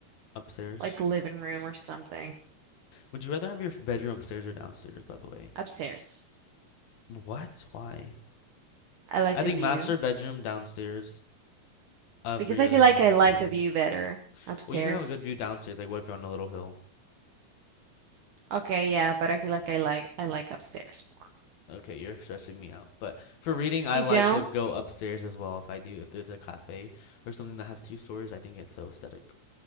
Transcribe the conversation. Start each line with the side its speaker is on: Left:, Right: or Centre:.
Left: Upstairs.
Right: like living room or something
Left: Would you rather have your bedroom upstairs or downstairs? By the way,
Right: upstairs.
Left: what? Why?
Right: I like
Left: I
Right: the
Left: think
Right: view
Left: master bedroom downstairs. Every
Right: because I
Left: other
Right: feel like
Left: room
Right: I
Left: upstairs.
Right: like the view better upstairs.
Left: Well, you can have a good view downstairs. Like, what if you're on a little hill?
Right: Okay, yeah, but I feel like I like I like upstairs more.
Left: Okay, you're stressing me out. But for reading, I
Right: You
Left: like
Right: don't?
Left: to go upstairs as well. If I do, if there's a cafe or something that has two stories, I think it's so aesthetic.